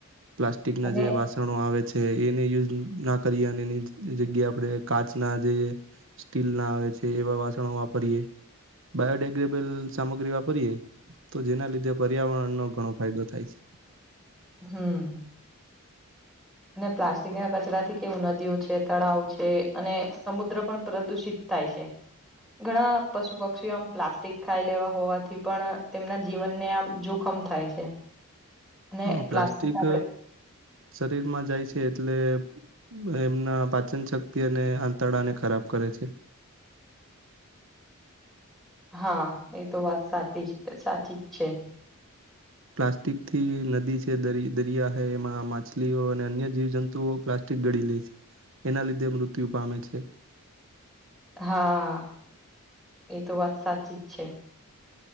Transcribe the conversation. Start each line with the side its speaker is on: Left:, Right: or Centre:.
Right: પ્લાસ્ટિક ના
Centre: અને
Right: જે વાસણો આવે છે એને યુઝ ના કરીએ અને એની જગ્યા આપણે કાચ ના જઈએ સ્ટીલ ના આવે છે એવા વાસણો વાપરીએ બાયોડેગ્રેબલ સામગ્રી વાપરીએ તો જેના લીધે પર્યાવરણનો ઘણો ફાયદો થાય છે
Centre: હમ્મ. અને પ્લાસ્ટિક ના કચરાથી કેવું નદીઓ છે તળાવો છે અને સમુદ્ર પણ પ્રદુષિત થાય છે ઘણા પશુ પક્ષીઓ આમ પ્લાસ્ટિક ખાઈ લેવા હોવાથી પણ તેમના જીવનને આમ જોખમ થાય છે અને
Right: હા પ્લાસ્ટિક
Centre: આપડે
Right: શરીર માં જાય છે એટલે એમના પાચન શક્તિ અને આંતરડાને ખરાબ કરે છે
Centre: હા એ તો વાત સાતી જ સાચી જ છે.
Right: પ્લાસ્ટિકથી નદી છે દર દરિયા હ એમાં માછલીઓ અને અન્ય જીવ જંતુ તુ પ્લાસ્ટિક ગડી લે છે એના લીધે મૃત્યુ પામે છે.
Centre: હા એ તો વાત સાચી જ છે.